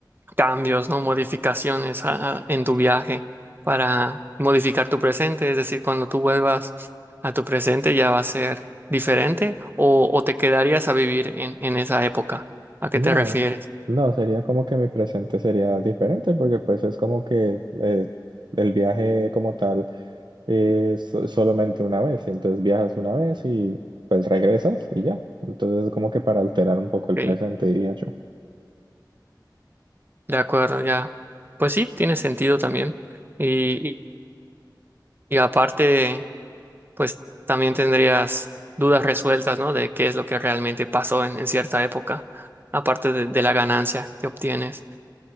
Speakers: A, on the right; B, on the right.
A: cambios, ¿no? Modificaciones a- a- en tu viaje para modificar tu presente. Es decir, cuando tú vuelvas a tu presente ya va a ser diferente o, o te quedarías a vivir en, en esa época. ¿A qué
B: No,
A: te refieres?
B: no, sería como que mi presente sería diferente porque pues es como que eh, el viaje como tal es so- solamente una vez, entonces viajas una vez y pues regresas y ya. Entonces es como que para alterar un poco el
A: Ok,
B: presente, diría yo.
A: De acuerdo, ya. Pues sí, tiene sentido también. Y, y- y aparte, pues también tendrías dudas resueltas, ¿no? De qué es lo que realmente pasó en, en cierta época, aparte de de la ganancia que obtienes.